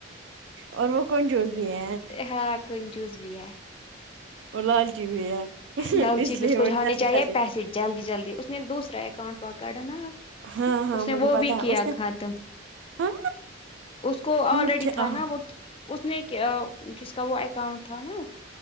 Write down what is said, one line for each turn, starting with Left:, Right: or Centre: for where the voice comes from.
Right: اور وہ کنجوس بھی ہے
Left: ہاں کنجوس بھی ہے
Right: اور لالچی بھی ہے
Left: لالچی
Right: اس لیے
Left: <unintelligible>
Right: وہ جلدی
Left: چاہیے
Right: جلدی
Left: پیسے جلدی جلدی اس میں نے دوسرا اکاؤنٹ پکڑا نہ اب
Right: ہاں ہاں
Left: اس
Right: مجھے
Left: نے وہ
Right: پتا
Left: بھی
Right: ہے
Left: کیا
Right: اس نے
Left: ختم
Right: ہاں
Left: اس کو
Right: وہ
Left: آلریڈی
Right: کیا
Left: تھا نا وہ اس نے کیاجس کا وہ اکاؤنٹ تھا نا